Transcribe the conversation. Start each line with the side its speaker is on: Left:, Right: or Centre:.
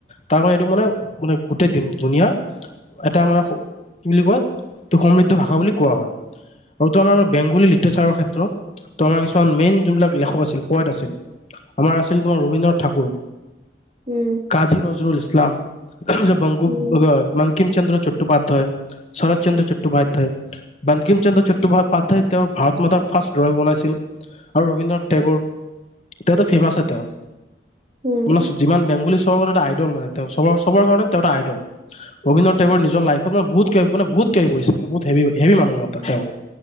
Left: তাৰ কাৰণে এইটোক মানে মানে গোটেই দিন দুনীয়া এটা মানে কি বুলি কয়, এইটো সমৃদ্ধ ভাষা বুলি কোৱা হয়। আৰু টো আমাৰ বেংগলী লিটাৰচাৰৰ ক্ষেত্ৰত তো, আমাৰ কিছুমান মেইন যোনবিলাক লেখক আছিল, পয়েট আছিল। আমাৰ আছিল তোমাৰ ৰবীন্দ্ৰনাথ ঠাকুৰ,
Right: উম
Left: কাজী নজৰুল ইছলাম, বংগোপ,
Right: উম
Left: বংকিম চন্দ্ৰ চট্টোপাধ্যায়, শৰৎ চন্দ্ৰ চট্টোপাধ্যায়, বানংকিম চন্দ্ৰ চট্টোপাধ্যায়টো তেওঁ ভাৰত মাতাৰ ফাৰ্ষ্ট ড্ৰয়িং বনাইছিল আৰু ৰবীন্দ্ৰনাথ টেগুৰ। তেওঁতো ফেমাছ হয় তেওঁ
Right: উম
Left: মানে
Right: উম,
Left: যিমান বেংগলী চবকাৰণে এটা আইডল মানে তেওঁ চবৰ-চবৰ কাৰণে তেওঁ এটা আইডল। ৰবীন্দ্ৰনাথ টেগুৰ নিজৰ লাইফত মানে, বহুত কিবা-কিবি, মানে, বহুত কিবা-কিবি কৰিছে, মানে। বহুত হেভি, হেভি মানুহ ত' তেওঁ।